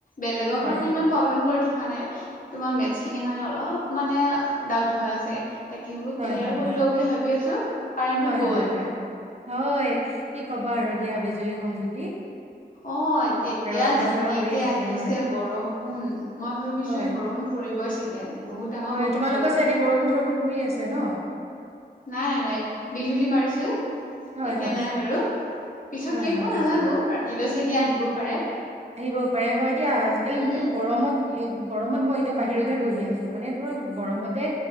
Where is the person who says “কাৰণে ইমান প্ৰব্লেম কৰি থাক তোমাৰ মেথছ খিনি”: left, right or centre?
Left